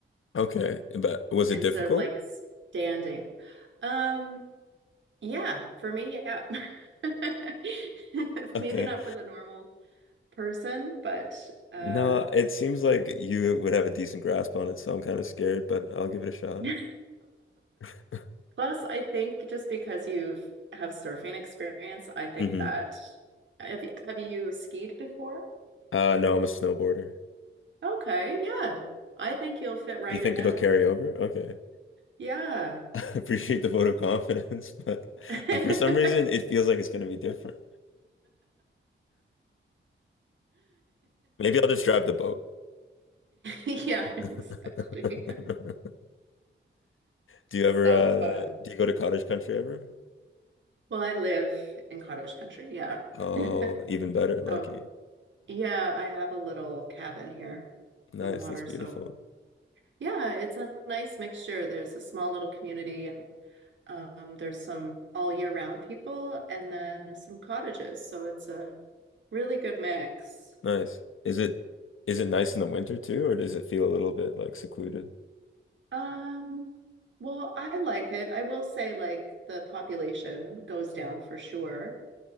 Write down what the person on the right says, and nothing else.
instead
of like
standing. Um, yeah, for me, yeah. <laughs> Maybe
not for the normal person, but uh
<laughs> no.
Plus, I think just because you've have surfing experience, I think
that have, have you skied before?
Okay, yeah. I think you'll fit right
in.
Yeah.
<laughs>
Yeah,
exactly.
So
fun.
Well, I live in cottage country. Yeah.
<laughs>
So, yeah, I have a little cabin here
on the water.
So, yeah, it's a nice mixture. There's a small little community and um, there's some all year round people and then some cottages. So, it's a really good mix.
Um, well, I like it. I will say like the population goes down for sure.